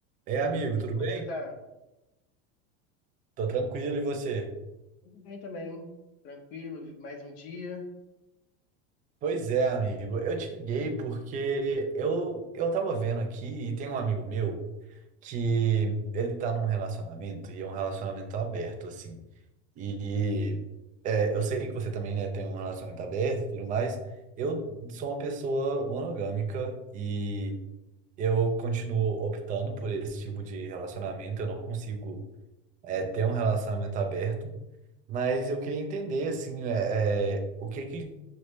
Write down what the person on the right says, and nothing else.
Ei,
amigo,
tudo
bem?
Tô tranquilo, e você?
Pois é, amigo, eu te liguei porque eu, eu tava vendo aqui e tem um amigo meu que ele tá num relacionamento e é um relacionamento aberto, assim. E é, eu sei que você também, né, tem um relacionamento aberto e tudo mais. Eu sou uma pessoa monogâmica e eu continuo optando por esse tipo de relacionamento. Eu não consigo, é, ter um relacionamento aberto. Mas eu queria entender, assim, é, é, o que que